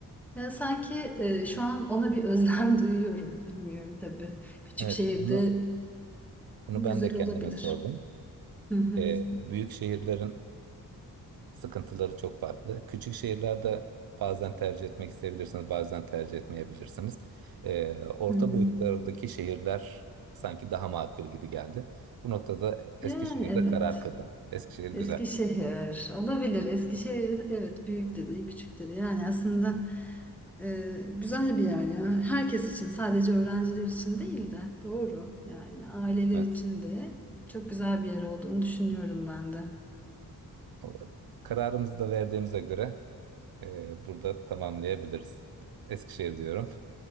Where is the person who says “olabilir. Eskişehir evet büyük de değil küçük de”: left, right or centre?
Centre